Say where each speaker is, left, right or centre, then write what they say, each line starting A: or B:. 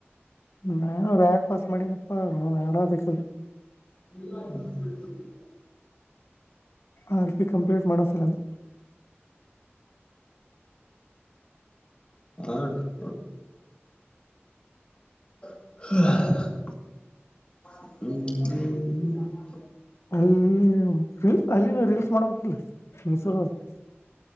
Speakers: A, on the left; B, on the left.
A: ನಾನರಾ ಆಡಿ ಪಾಸ್ ಮಾಡಿನಪ್ಪ ನಾನ ಆಡಬೇಕ. <inaudible>
B: <inaudible> <unintelligible>
A: ಆರ್ ಪಿ ಕಂಪ್ಲೀಟ್ ಮಾಡೋ ಸಲ <inaudible>
B: ಆಡ <inaudible> <inaudible> ಹೂ ಹು ಹು <inaudible>
A: ಅಲ್ಲಿ ಅಲ್ಲಿ ರೀಲ್ಸ್ ಮಾಡ್ಬೇಕಿಲ್ಲ ಮೈಸೂರ ಆಗ <inaudible>